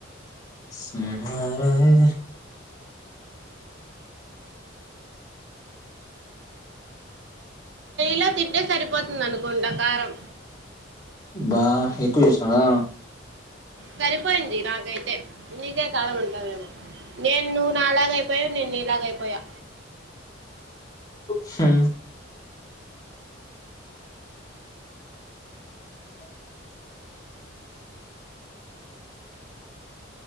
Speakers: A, on the left; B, on the right.
A: సారజ
B: లా తింటే సరిపోతే ఉంటుంది అనుకుంటా కారం
A: బా ఎక్కువ చేసేనవ
B: సరిపోయింది నాకైతే నీకే కాలం ఉంటావేమో నేను నువ్వు నాలాగ అయిపోయా నే నీలాగ అయిపోయా
A: హు